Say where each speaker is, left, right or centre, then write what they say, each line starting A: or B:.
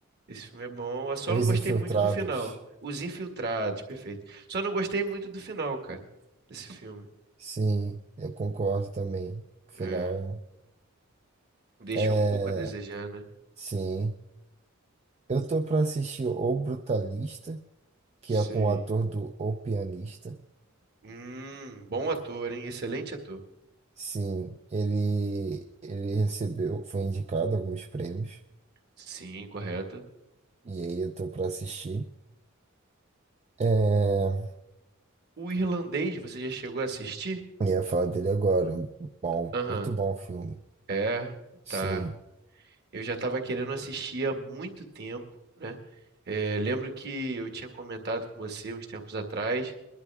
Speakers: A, on the right; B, on the right.
A: Esse filme é bom. Eu só
B: Os
A: não gostei
B: Infiltrados.
A: muito do final. Os Infiltrados, perfeito. Só não gostei muito do final, cara, desse filme.
B: Sim, eu concordo também. Final.
A: É, deixou
B: É,
A: um pouco a desejar, né?
B: sim. Eu tô pra assistir O Brutalista, que
A: Sei.
B: é com o ator do O Pianista.
A: Hum, bom ator, hein? Excelente ator.
B: Sim, ele, ele recebeu, foi indicado a alguns prêmios.
A: Sim, correto.
B: E aí eu tô pra assistir. É,
A: O irlandês, você já chegou a assistir?
B: Eu ia falar dele agora. Bom,
A: Aham.
B: muito bom o filme.
A: É,
B: Sim.
A: tá. Eu já estava querendo assistir há muito tempo, né? É, lembro que eu tinha comentado com você uns tempos atrás.